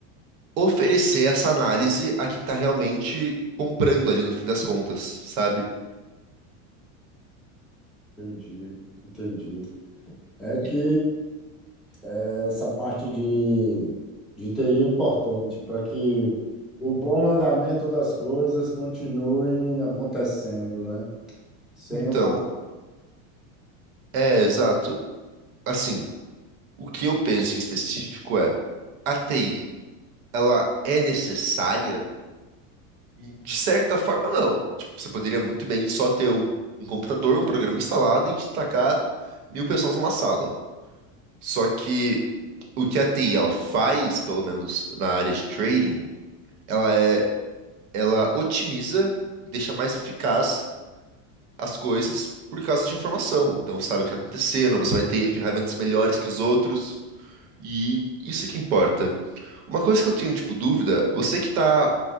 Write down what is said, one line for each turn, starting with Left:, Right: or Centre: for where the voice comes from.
Right: oferecer essa análise a quem está realmente comprando ali no fim das contas, sabe?
Centre: Entendi, entendi. É que
Right: E-
Centre: é, essa parte de, de TI é importante para que o bom andamento das coisas continuem acontecendo, né? Sem
Right: Então,
Centre: uma
Right: é exato. Assim, o que eu penso em específico é a TI, ela é necessária? E, De certa forma, não. Tipo, você poderia muito bem só ter um, um computador, um programa instalado e destacar mil pessoas numa sala. Só que o que a TI ela faz, pelo menos na área de trading, ela é, ela otimiza e deixa mais eficaz as coisas por causa de informação. Então, você sabe o que está acontecendo, você vai ter ferramentas melhores que os outros. E isso que importa. Uma coisa que eu tenho, tipo, dúvida, você que está